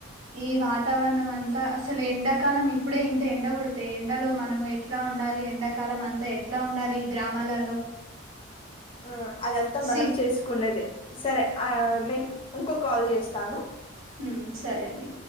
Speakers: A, on the right; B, on the left.
A: ఈ వాతావరణం అంతా అసలు ఎండాకాలం ఇప్పుడే ఇంత ఎండ కొడతే ఎండలో మనము ఎట్లా ఉండాలి ఎండాకాలం అంతా ఎట్లా ఉండాలి ఈ గ్రామాలలో
B: ఆ అదంతా మనం
A: సి
B: చేసుకున్నదే సరే ఆ న ఇంకో కాల్ చేస్తాను
A: ఉమ్ సరే అండి